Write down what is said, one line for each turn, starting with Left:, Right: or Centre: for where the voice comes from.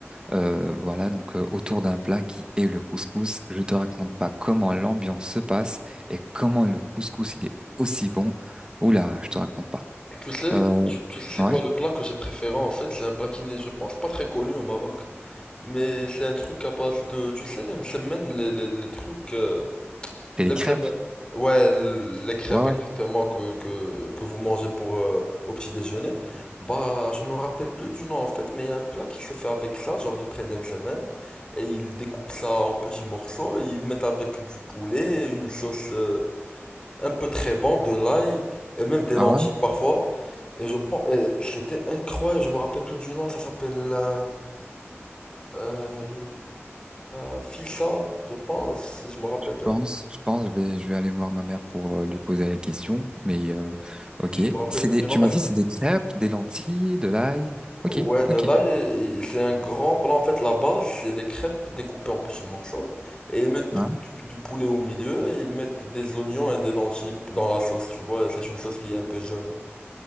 Right: Euh, voilà, donc euh, autour d'un plat qui est le couscous, je te raconte pas comment l'ambiance se passe et comment le couscous il est aussi bon. Oula, je te raconte pas.
Left: Tu sais,
Right: Euh,
Left: tu, tu sais c'est
Right: ouais,
Left: quoi le plat que j'ai préféré en fait? C'est un plat qui n'est, je pense, pas très connu au Maroc, mais c'est un truc à base de, tu sais, les msemen, les, les, les trucs, euh,
Right: c'est
Left: Les
Right: les crêpes.
Left: msemen. Ouais, l- les crêpes
Right: Ouais, ouais.
Left: exactement que, que, que vous mangez pour euh, au petit déjeuner. Bah, je me rappelle plus du nom en fait, mais il y a un plat qui se fait avec ça, genre ils prennent des msemen et ils découpent ça en petits morceaux, et ils mettent avec du poulet, une sauce euh, un peu très bon de l'ail et même des lentilles
Right: Ah ouais, je
Left: parfois. Et je pense, et c'était incroyable, je me rappelle plus du nom, ça s'appelle euh, euh, la fissa, je pense, si je me rappelle bien.
Right: pense, je pense, je vais, je vais aller voir ma mère pour euh, lui poser la question. Mais euh, ok,
Left: Je me rappelle
Right: c'est
Left: plus
Right: des,
Left: du
Right: tu
Left: nom, mais
Right: m'as dit c'est des crêpes, des lentilles, de l'ail.
Left: Ouais,
Right: Ok,
Left: de
Right: ok.
Left: là, il- il- c'est un grand plat. En fait, la base, c'est les crêpes découpées en petits morceaux. Et ils mettent
Right: Ouais,
Left: du, du- du poulet au milieu et ils mettent des oignons et des lentilles dans la sauce, tu vois. et C'est une sauce qui est un peu jaune.